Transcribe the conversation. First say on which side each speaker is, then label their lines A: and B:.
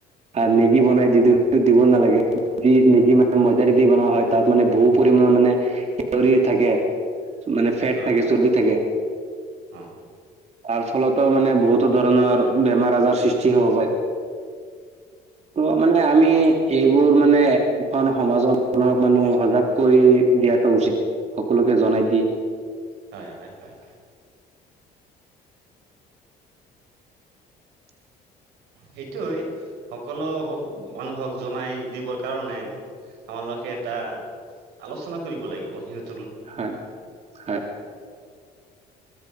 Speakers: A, on the right; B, on the right.
A: আ মেগী বনাই দি দিওঁ, সেইটো দিব নালাগে। যি মেগী মানে ময়দাৰ দি বনোৱা হয় তাত মানে বহুত পৰিমণৰ মানে কেলৰি থাকে মানে ফেট
B: অ',
A: থাকে
B: অ',
A: চৰ্বি থাকে,
B: অ',
A: তাৰ ফলত মানে বহুতো ধৰণৰ বেমাৰ-আজাৰ সৃষ্টি হ'ব পাৰে। ত' মানে আমি
B: হয়,
A: এইবোৰ মানে মানে এখন সমাজ মানুহক মানে সজাগ কৰি দিয়াটো উচিত। সকলোকে জনাই দি
B: হয় হয় হয়।
A: <unintelligible>
B: সেইটোৱে সকলো মানুহক জনাই দিবৰ কাৰণে আমালোকে এটা আলোচনা কৰিব লাগিব। সিহত
A: হয়। হয়।